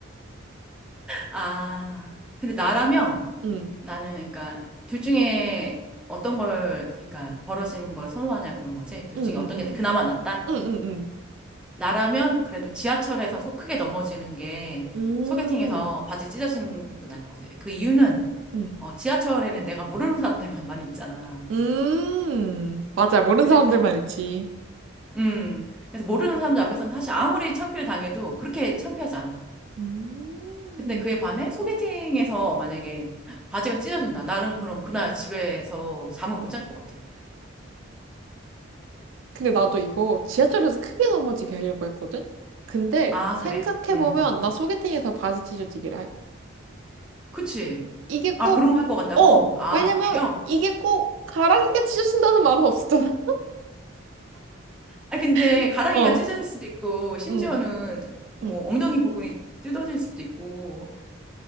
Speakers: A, in the centre; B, on the right.
A: 아, 근데 나라면
B: <laughs> 응,
A: 나는 그러니까 둘 중에 어떤 걸, 그러니까 벌어지는 걸 선호하냐 그런 거지. 둘
B: 응,
A: 중에
B: 응,
A: 어떤 게 그나마 낫다?
B: 응응응.
A: 나라면 그래도 지하철에서 소- 크게 넘어지는 게
B: 음.
A: 소개팅에서 바지 찢어지는 것보다 나을 것 같아요. 그 이유는
B: 음.
A: 어, 지하철에는 내가 모르는 사람들만 많이 있잖아.
B: 음. 맞아. 모르는
A: 그래서
B: 사람들만 있지.
A: 음 그래서 모르는 사람들 앞에서는 사실 아무리 창피를 당해도 그렇게 창피하지 않아.
B: 음.
A: 근데 그에 반해 소개팅에서 만약에 바지가 찢어진다. 나는 그럼 그날 집에서 잠을 못 잘 것 같아.
B: 근데 나도 이거 지하철에서 크게 넘어지게 하려고 했거든? 근데
A: 아,
B: 생각해보면
A: 그래? 음.
B: 나 소개팅에서 바지 찢어지기를 하고.
A: 그치.
B: 이게
A: 아,
B: 꼭,
A: 그런 거 할 것 같다고?
B: 어!
A: 아,
B: 왜냐면
A: 오히려?
B: 이게 꼭 가랑이가 찢어진다는 말은 없었잖아.
A: 아 근데
B: <laughs>
A: 가랑이가
B: 어.
A: 찢어질 수도 있고 심지어는
B: 응.
A: 뭐
B: 응.
A: 엉덩이 부분이 뜯어질 수도 있고